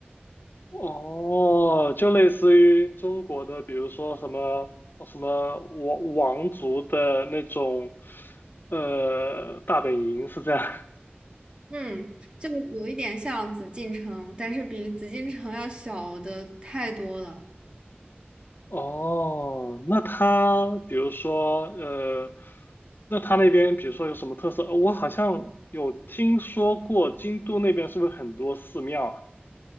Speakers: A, on the left; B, on the right.
A: 哦，就类似于中国的，比如说什么什么王王族的那种，呃，大本营是这样。
B: 嗯，就有一点像紫禁城，但是比紫禁城要小的太多了。
A: 哦，那他比如说，呃，那他那边比如说有什么特色？呃我好像有听说过，京都那边是不是很多寺庙啊？